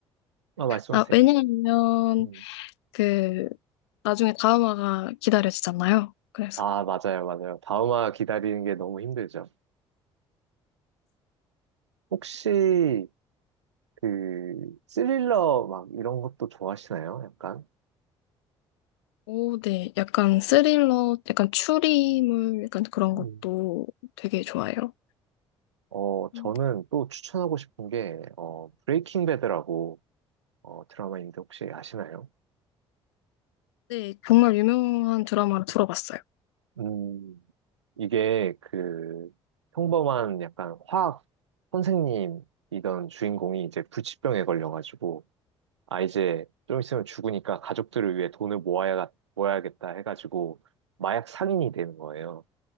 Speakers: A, on the right (about 80°); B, on the left (about 70°).
A: 아, 말씀하세요.
B: 아, 왜냐하면
A: 음.
B: 그 나중에 다음화가 기다려지잖아요. 그래서
A: 아, 맞아요, 맞아요. 다음화 기다리는 게 너무 힘들죠. 혹시, 그, 스릴러 막 이런 것도 좋아하시나요? 약간?
B: 오, 네, 약간 스릴러, 약간 추리물, 약간 그런
A: 음.
B: 것도 되게 좋아해요.
A: 어, 저는
B: 음.
A: 또 추천하고 싶은 게, 어, 브레이킹 배드라고, 어, 드라마인데 혹시 아시나요?
B: 네, 정말 유명한 드라마를 들어봤어요.
A: 음, 이게 그, 평범한 약간 화학 선생님이던 주인공이 이제 불치병에 걸려가지고, 아, 이제 좀 있으면 죽으니까 가족들을 위해 돈을 모아야, 모아야겠다 해가지고 마약 상인이 되는 거예요.